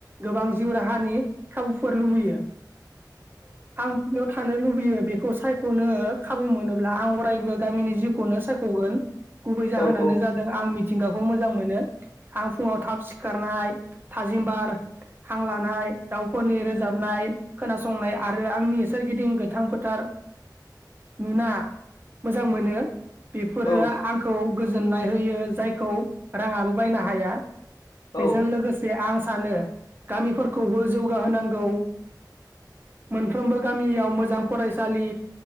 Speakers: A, on the right; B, on the left.
A: गोबां जिउ राहानि खाबुफोर लुबैयो आं बेयाव थानो लुबैयो बेखौ सायख'नो खाबु मोनोब्ला आं अरायबो गामिनि जिउखौनो सायख'गोन गुबै जाहोनानो
B: औ औ
A: जादों आं मिथि थिंगाखौ मोजां मोनो आं फुङाव थाब सिखारनाय थाजिमबार हा हां लानाय दाउफोरनि रोजाबनाय खोनासंनाय आरो आंनि सोरगिदिं गोथां फोथार नुना मोजां मोनो बेफोरो
B: औ
A: आंखौ गोजोननाय होयो जायखौ राङाबो बायनो हाया
B: औ
A: बेजों लोगोसे आं सानो गामिफोरखौबो जौगाहोनांगौ मोनफ्रोमबो गामियाव मोजां फरायसालि